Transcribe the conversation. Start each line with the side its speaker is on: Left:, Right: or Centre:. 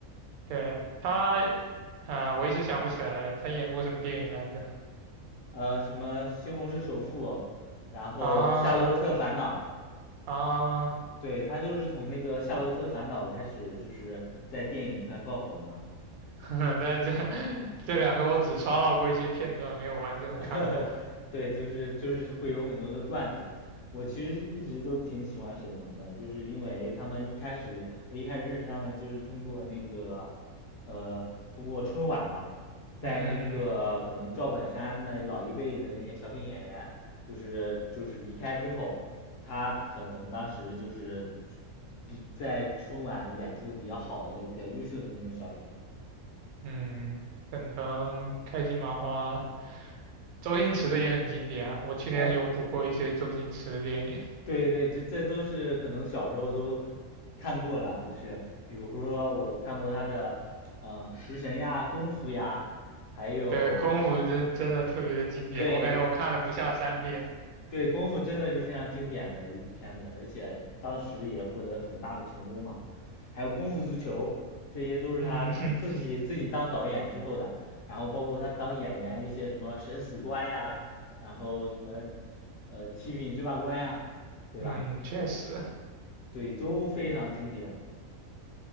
Right: 对他，啊，我一时想不起来了，他演过什么电影来着？
Left: 呃，什么《西红柿首富》，然后《夏洛特烦恼》，
Right: 啊啊。
Left: 对，他就是从那个《夏洛特烦恼》开始，就是在电影圈爆火的嘛。
Right: <laughs> 但是这这两个我只刷到过一些片段，没有完整的看过。
Left: <laughs> 对，就是就是会有很多的段子。我其实一直都挺喜欢沈腾的，就是因为他们一开始我一开始认识他们就是通过那个，呃，通过春晚嘛，在那个可能赵本山那老一辈的那些小品演员，
Right: 嗯
Left: 就是就是离开之后，他可能当时就是比在春晚演出的比较好的、比较优秀的那种小品。
Right: 嗯，沈腾、开心麻花、周星驰的也很经典啊。我去年有补过一些周星驰的电影，
Left: 呃，对对，这这都是可能小时候都看过了，就是比如说我看过他的，嗯、食神呀、功夫呀，还有
Right: 对，功夫真真的特别的经典，
Left: 对
Right: 我感觉我看了不下三遍。
Left: 对，功夫真的是非常经典的一部片子，而且当时也获得很大的成功嘛。还有功夫足球，这些都是他自己自己当导演之后的，
Right: 嗯哼，
Left: 然后包括他当演员一些什么审死官呀，然后什么呃七品芝麻官呀，对吧？
Right: 嗯，确实
Left: 对，都非常经典。